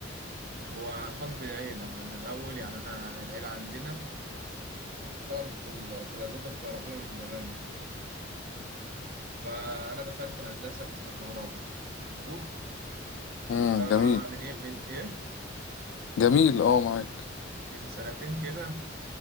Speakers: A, on the right; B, on the left.
A: هو خاص بالعيلة كان الاول يعني انا العيلة عندنا بتشتغل في ال- في الادوات الكهربائية من زمان فأنا دخلت هندسة قسم كهرباء مظبوط
B: امم
A: فمن
B: جميل
A: إيه من إيه
B: جميل اه معاك
A: من سنتين كده